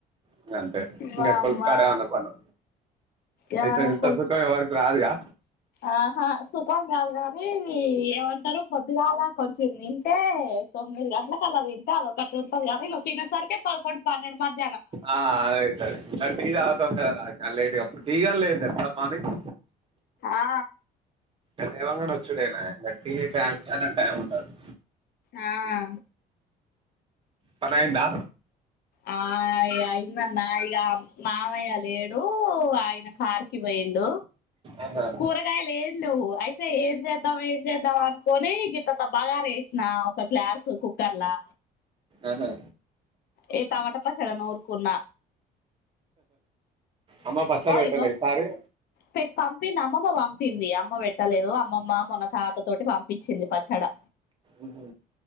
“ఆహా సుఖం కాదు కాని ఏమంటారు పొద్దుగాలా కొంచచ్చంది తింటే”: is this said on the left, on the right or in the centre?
Left